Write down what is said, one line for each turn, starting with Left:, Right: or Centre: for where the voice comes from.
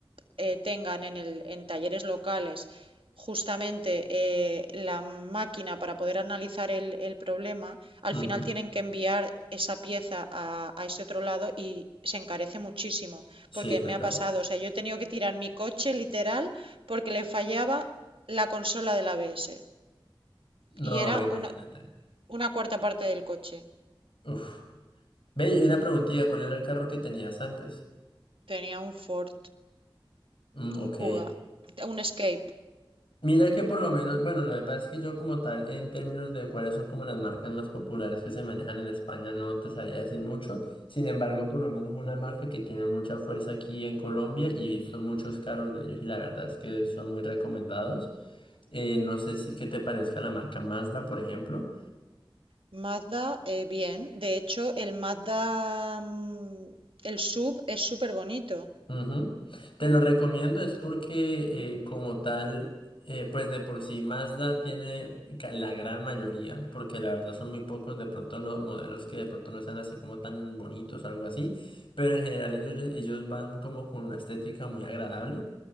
Right: eh, tengan en, el- en talleres locales justamente eh, la máquina para poder analizar el, el problema, al
Left: Ujú.
Right: final tienen que enviar esa pieza a, a ese otro lado y se encarece muchísimo,
Left: Sí,
Right: porque
Left: total.
Right: me ha pasado, o sea, yo he tenido que tirar mi coche literal porque le fallaba la consola del ABS y
Left: No,
Right: era
Left: imagínate.
Right: una, una cuarta parte del coche.
Left: Uf. Ve, y una preguntita, ¿cuál era el carro que tenías antes?
Right: Tenía un Ford,
Left: Mm, ok.
Right: un Kuga, un Escape.
Left: Mira que por lo menos, bueno, lo que pasa es que yo como tal, en términos de cuáles son como las marcas más populares que se manejan en España, no te sabría decir mucho. Sin embargo, por lo menos una marca que tiene mucha fuerza aquí en Colombia y he visto muchos carros de ellos y la verdad es que son muy recomendados. Eh, no sé si qué te parezca la marca Mazda, por ejemplo.
Right: Mazda, eh, bien. De hecho, el Mazda, mm, el sub es súper bonito.
Left: Ujú. Te lo recomiendo es porque eh, como tal, eh, pues de por sí Mazda tiene ca- la gran mayoría, porque la verdad son muy pocos de pronto los modelos que de pronto no están así como tan bonitos o algo así, pero en general ellos, le- ellos van como con una estética muy agradable.